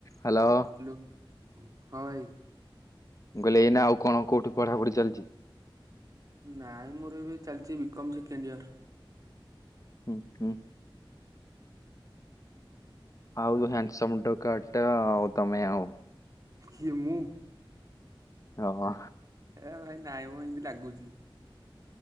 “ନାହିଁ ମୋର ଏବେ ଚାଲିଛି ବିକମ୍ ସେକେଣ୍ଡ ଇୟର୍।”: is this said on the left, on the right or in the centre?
Right